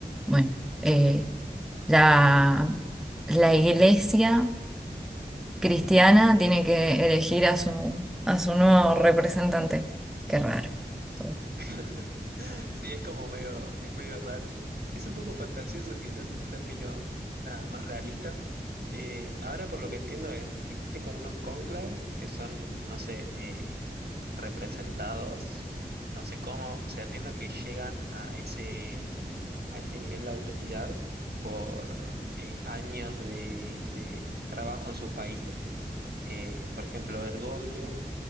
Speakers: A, in the centre; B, on the right.
A: bueno, eh, la, la iglesia. Cristiana tiene que elegir a su, a su nuevo representante. Qué raro. todo.
B: <laughs> Sí, es como medio, es medio raro. Es un poco fantasioso quizás en términos nada más realistas. Eh, ahora por lo que entiendo es, existen como unos cónclaves que son, no sé, eh, representados, no sé cómo, o sea, entiendo que llegan a ese a ese nivel de autoridad por eh, años de, de trabajo en sus países. Eh, por ejemplo, Bergoglio